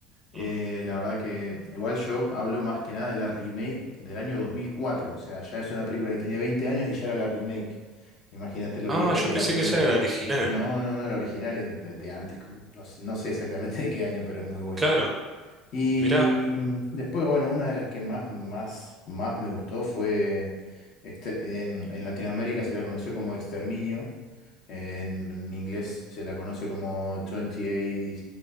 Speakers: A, on the left (about 50°); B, on the right (about 20°).
A: Eh,
B: Mm.
A: la verdad que igual yo hablo más que nada de la remake del año dos mil cuatro O sea, ya es una película que tiene 20 años y ya era la remake. Imagínate lo
B: Ah,
A: vieja
B: yo
A: que es
B: pensé
A: la primera.
B: que esa era la original.
A: No, no, no, la original es de, de antes. como- No, sé no sé exactamente <laughs> de qué año, pero es muy buena.
B: Claro,
A: Y
B: mirá.
A: después, bueno, una de las que más, más, más me gustó fue, exte- en, en Latinoamérica se la conoció como Exterminio. En, en inglés se la conoce como 28, eh,